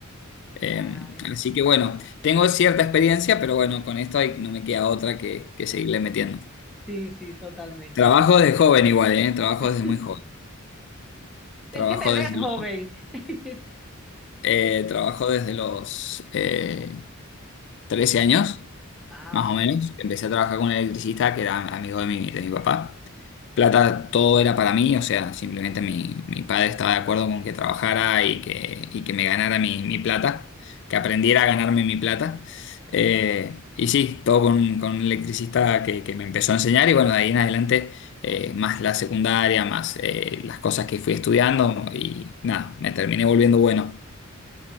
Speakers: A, on the left (about 55°); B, in the centre.
A: Eh,
B: Ay,
A: así que bueno, tengo cierta experiencia, pero bueno, con esto hay- no me queda otra que, que seguirle metiendo.
B: sí, sí, totalmente.
A: Trabajo desde joven igual, ¿eh? Trabajo
B: <laughs>
A: desde muy joven.
B: Es
A: Trabajo
B: que te ves
A: desde
B: joven.
A: los,
B: <laughs>
A: eh, trabajo desde los eh, 13 años.
B: Ah,
A: más
B: ok,
A: o menos. Empecé a trabajar con un electricista que era amigo de mi, de mi papá. Plata, todo era para mí, o sea, simplemente mi, mi padre estaba de acuerdo con que trabajara y que, y que me ganara mi, mi plata, que aprendiera a ganarme mi plata. Eh, y sí, todo con, con un electricista que, que me empezó a enseñar y bueno, de ahí en adelante eh, más la secundaria, más eh, las cosas que fui estudiando y nada, me terminé volviendo bueno.